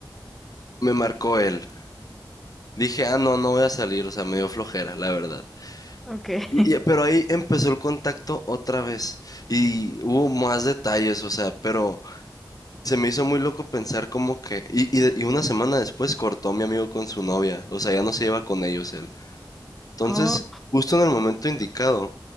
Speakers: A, on the left (about 50°); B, in the centre.
A: me marcó él. Dije, ah, no, no voy a salir, o sea, me dio flojera, la verdad.
B: Ok.
A: Y-
B: <laughs>
A: y- pero ahí empezó el contacto otra vez y hubo más detalles, o sea, pero Se me hizo muy loco pensar como que... Y, y de- y una semana después cortó mi amigo con su novia, o sea, ya no se lleva con ellos él. Entonces,
B: Oh,
A: justo en el momento indicado,